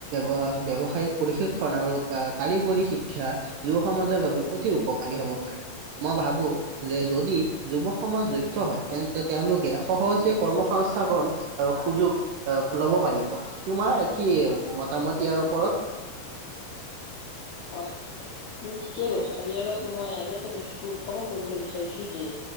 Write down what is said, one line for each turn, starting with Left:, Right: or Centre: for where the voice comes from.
Right: বৱ ব্যৱসায়িক প্ৰশিক্ষণ আৰু কাৰিকৰী শিক্ষা যুৱ সমাজৰ বাবে অতি উপকাৰী হ'ব পাৰে। মই ভাবো যে যদি যুৱ সমাজ দক্ষ হয়, তেন্তে তেওঁলোকে সহজে কৰ্মসস্থাপন সুযোগ ল'ব পাৰিব, তোমাৰ কি মতামত ইয়াৰ ওপৰত।
Left: হয়, তুমি ঠিকেই কৈছা আৰু ইয়াৰ লগত মই আৰু এটা বস্তু উত্থাপন কৰিবলৈ বিচাৰিছো যে